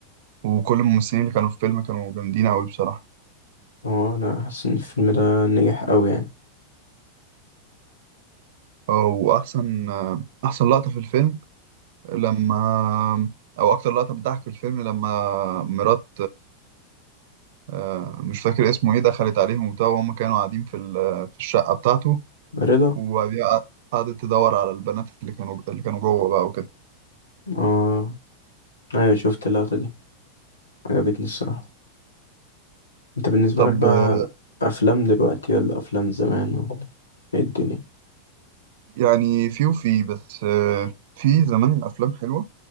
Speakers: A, on the right; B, on the left.
A: وكل الممثلين اللي كانوا في الفيلم كانوا جامدين قوي بصراحة
B: اه أنا حاسس إن الفيلم ده نجح أوي يعني
A: آه، وأحسن آه، أحسن لقطة في الفيلم لما أو أكتر لقطة بتضحك في الفيلم لما مرات آه، مش فاكر اسمه ايه دخلت عليهم وبتاع وهم كانوا قاعدين في ال- في الشقة بتاعته
B: رضا
A: وبعدين قع- قعدت تدور على البنات اللي كانوا اللي كانوا جوه بقى وكده
B: اه أيوة شفت اللقطة دي عجبتني الصراحة أنت بالنسبة
A: طب
B: لك بقى
A: آه،
B: أفلام دلوقتي ولا أفلام زمان ولا إيه الدنيا؟
A: يعني في وفي بس آه، في زمان أفلام حلوة